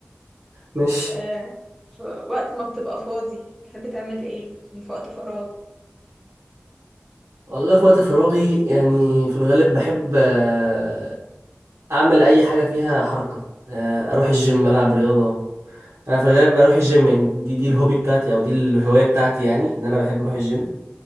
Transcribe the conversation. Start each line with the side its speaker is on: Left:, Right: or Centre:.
Right: ماشي
Centre: آه، في وقت ما بتبقى فاضي بتحب تعمل ايه يعني في وقت فراغ
Right: والله في وقت فراغي يعني في الغالب بحب آه، اعمل اي حاجه فيها حركه آه، اروح الجيم العب رياضه انا في الغالب بروح الجيم يعني دي دي الهوبي بتاعتي او دي الهوايه بتاعتي يعني ان انا بحب اروح الجيم